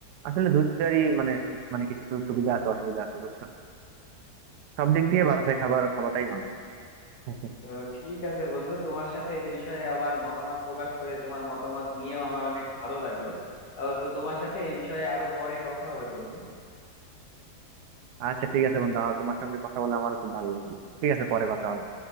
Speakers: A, on the right; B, on the left.
A: আসলে দুটারই মানে মানে কিছু সুবিধা আছে অসুবিধা আছে বুঝছো সব দিক দিয়ে
B: তো
A: বাসায়
B: ঠিক
A: খাবার খাওয়াটাই ভালো <laughs>
B: তো ঠিক আছে বন্ধু তোমার সাথে এ বিষয়ে আমার মতামত প্রকাশ করে তোমার মতামত নিয়েও আমার অনেক ভালো লাগলো আহ, তো তোমার সাথে এই বিষয়ে আরো পরে কথা হবে বন্ধু
A: আচ্ছা ঠিক আছে বন্ধু আমার তোমার সঙ্গে কথা বলে আমার খুব ভালো লাগলো ঠিক আছে পরে কথা হবে